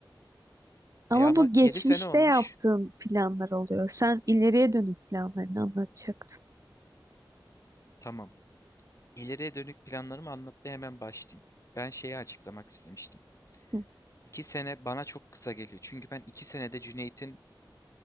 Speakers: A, on the right (about 40°); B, on the left (about 40°).
A: Ama
B: E ama
A: bu geçmişte
B: 7 sene olmuş.
A: yaptığın planlar oluyor. Sen ileriye dönük planlarını anlatacaktın.
B: Tamam. İleriye dönük planlarımı anlatmaya hemen başlayayım. Ben şeyi açıklamak istemiştim.
A: Hı.
B: 2 sene bana çok kısa geliyor. Çünkü ben 2 senede Cüneyt'in